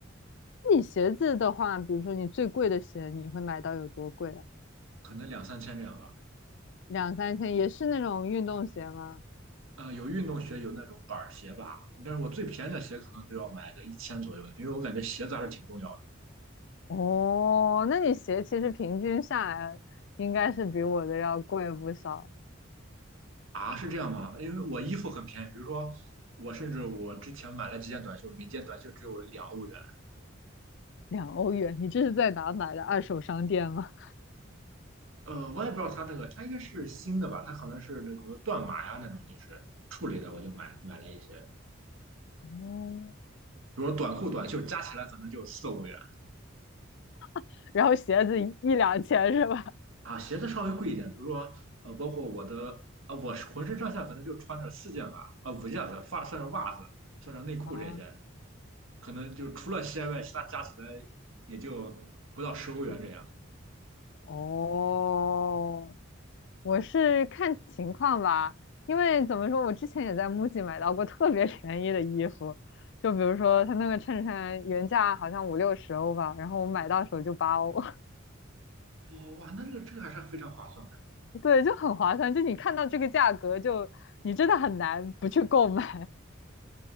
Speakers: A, on the left; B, on the right.
A: 你鞋子的话，比如说你最贵的鞋，你会买到有多贵啊？
B: 可能两三千这样吧。
A: 两三千，也是那种运动鞋吗？
B: 呃，有运动鞋，有那种板儿鞋吧，但是我最便宜的鞋可能都要买个一千左右的，因为我感觉鞋子还是挺重要的
A: 哦，那你鞋其实平均下来应该是比我的要贵不少。
B: 啊。是这样吗？因为我衣服很便宜，比如说我甚至我之前买了几件短袖，每件短袖只有两欧元。
A: 两欧元，你这是在哪买的二手商店吗？
B: 呃，我也不知道它这个，它应该是新的吧？它可能是那种断码呀那种，就是处理的，我就买买了一些，
A: 哦，
B: 比如说短裤、短袖加起来可能就四欧元。
A: <laughs> 然后鞋子一一两千是吧？
B: 啊，鞋子稍微贵一点，比如说呃，包括我的啊，我是浑身上下可能就穿着四件吧，啊五件子，发算上袜子，算上内裤这些，
A: 啊，
B: 可能就除了鞋外，其他加起来也就不到十欧元这样。
A: 是哦，我是看情况吧，因为怎么说，我之前也在 MUJI 买到过特别便宜的衣服，就比如说他那个衬衫原价好像五六十欧吧，然后我买到手就八欧，
B: 哦，哇，那这个这个还是非常划算的。
A: <laughs> 对，就很划算。就你看到这个价格就，就你真的很难不去购买。